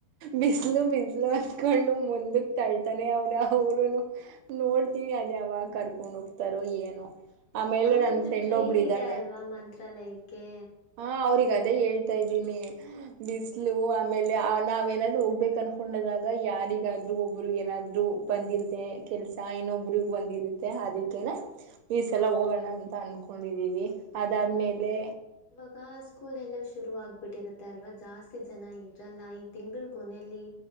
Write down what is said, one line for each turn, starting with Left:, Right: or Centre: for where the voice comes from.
Right: ಬಿಸ್ ಬ್ಲು ಬಿಸ್ಲು ಅತ್ಕೊಂಡು ಮುಂದಕ್ ತಳ್ತನ್ನೇ ಅವ್ರೆ ಅವ್ರುನು ನೋಡ್ತೀನಿ ಅದ್ಯಾವಾಗ ಕರ್ಕೊಂಡ ಹೋಗ್ತಾರೋ ಏನೋ. ಆಮೇಲೆ
Left: ಹೌದು
Right: ನನ್ನ ಫ್ರೆಂಡ್ಒಬ್ಳು
Left: ಟ್ರೈನ್
Right: ಇದಳೆ
Left: ಇದೆ ಅಲ್ವಾ
Right: <unintelligible>
Left: ಮಂತ್ರಾಲಯಕ್ಕೆ
Right: ಹಾ ಅವ್ರಿಗ ಹೇಳ್ತಾ ಇದ್ದೀನಿ
Left: ಹ್ಮ್
Right: ಬಿಸ್ಲು ಆಮೇಲೆ ನಾವ ಏನಾದ್ರು ಹೋಗ್ಬೇಕು ಅನ್ಕೊಂಡದಾಗ ಯಾರಿಗಾದ್ರು ಒಬ್ಬ್ರಗ ಏನಾದ್ರು ಬಂದಿರುತ್ತೆ ಕೆಲ್ಸ
Left: ಹ್ಮ್
Right: ಇನ್ನೊಬ್ರಗ್ ಬಂದಿರುತ್ತೆ ಅದಕ್ಕೇನ
Left: ಹ
Right: ಈಸಲ ಎಲ್ಲ ಹೋಗೋಣ ಅಂತ ಅನ್ಕೊಂಡಿದೀವಿ ಅದಾದ್ಮೇಲೆ
Left: ಆಗ ಸ್ಕೂಲ್ ಎಲ್ಲ ಶುರು ಆಗ್ಬಿಟ್ಟಿರುತ್ತೆ ಅಲ್ವಾ ಜಾಸ್ತಿ ಜನ ಇರಲ್ಲ ಈ ತಿಂಗಲ್ ಕೊನೆಲ್ಲಿ.